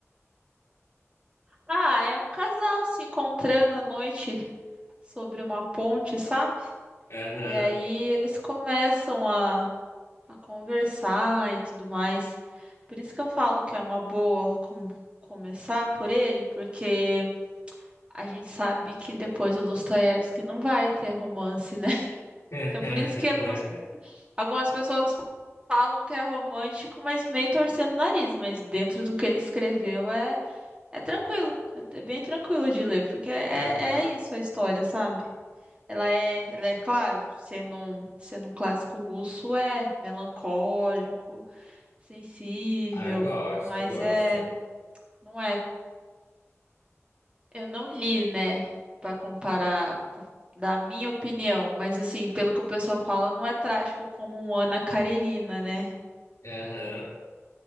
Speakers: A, on the right; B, on the left.
A: Ah, é um casal se encontrando à noite sobre uma ponte, sabe?
B: Aham.
A: E aí eles começam a a conversar e tudo mais. Por isso que eu falo que é uma boa com- começar por ele, porque a gente sabe que depois o Dostoiévski não vai ter romance, né? <laughs>
B: <laughs>
A: Então por isso que algumas, algumas pessoas falam que é romântico, mas meio torcendo o nariz, mas dentro do que ele escreveu é, é tranquilo, é bem tranquilo de ler, porque é,
B: Aham.
A: é isso a história, sabe? Ela é, ela é, claro, sendo, um- sendo um clássico russo, é melancólico, sensível,
B: Ah, eu gosto,
A: mas
B: gosto.
A: é, não é, eu não li, né, Pra comparar pra dar a minha opinião, mas assim, pelo que o pessoal fala, não é trágico como um Ana Karenina, né?
B: Aham.